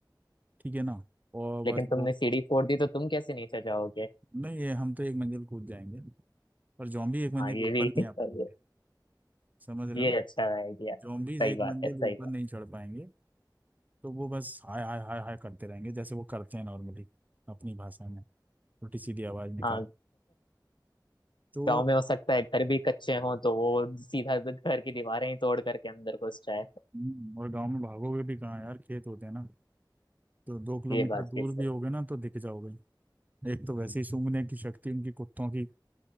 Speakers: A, on the right; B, on the left.
A: ठीक है ना और
B: लेकिन
A: बस
B: तुमने
A: वो
B: सीढ़ी फोड़ दी तो तुम कैसे नीचे जाओगे
A: नहीं ये हम तो एक मंजिल कूद जाएंगे पर जॉम्बी एक मंजिल
B: हाँ ये
A: ऊपर
B: भी
A: नहीं
B: <laughs>
A: आ पाएंगे समझ रहे
B: ये
A: हो ना
B: अच्छा आइडिया सही
A: जॉम्बीज एक
B: बात
A: मंजिल
B: है सही
A: ऊपर
B: बात
A: नहीं चढ़ पाएंगे तो वो बस हाय हाय हाय हाय करते रहेंगे जैसे वो करते हैं नॉर्मली अपनी भाषा में छोटी सीधी आवाज निकाल
B: हाँ
A: तो
B: गांव में हो सकता है घर भी कच्चे हों तो वो सीधा घर की दीवारें ही तोड़ करके अंदर घुस जाए
A: हम्म, और गांव में भागोगे भी कहाँ यार खेत होते हैं ना तो दो किलोमीटर
B: ये बात
A: दूर
B: भी सही
A: भी होगे ना तो दिख जाओगे एक तो वैसे ही सूंघने की शक्ति उनकी कुत्तों की